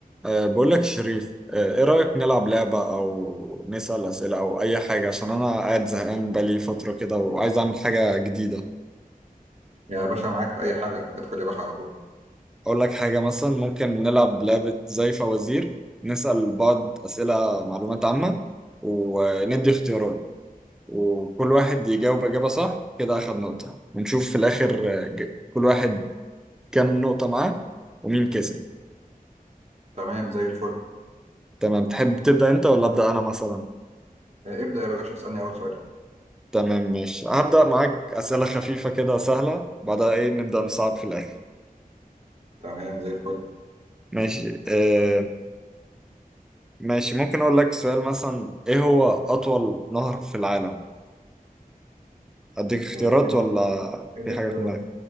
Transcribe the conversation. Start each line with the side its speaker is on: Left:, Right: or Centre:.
Centre: أه بقول لك يا شريف أه ايه رأيك نلعب لعبة او نسأل أسئلة او اي حاجة عشان انا قاعد زهقان بقالي فترة كده وعايز اعمل حاجة جديدة
Right: يا باشا معاك في أي حاجة ادخل يا باشا على طول
Centre: اقول لك حاجة مثلا ممكن نلعب لعبة زي فوازير نسأل بعض أسئلة معلومات عامة وندي اختيارات وكل واحد يجاوب إجابة صح كده أخد نقطة ونشوف في الآخر آه، ج- كل واحد كام نقطة معاه ومين كسب
Right: تمام زي الفل
Centre: تمام تحب تبدأ انت ولا أبدأ انا مثلا
Right: آه، ابدأ يا باشا اسألني أول سؤال
Centre: تمام ماشي هبدأ معاك أسئلة خفيفة كده سهلة بعدها إيه نبدأ نصعب في الآخر
Right: تمام زي الفل
Centre: ماشي آه ماشي ممكن أقول لك سؤال مثلا إيه هو أطول نهر في العالم أديك اختيارات
Right: آه، إيه ال-
Centre: ولا
Right: إيه الاختيارات
Centre: في حاجة في دماغك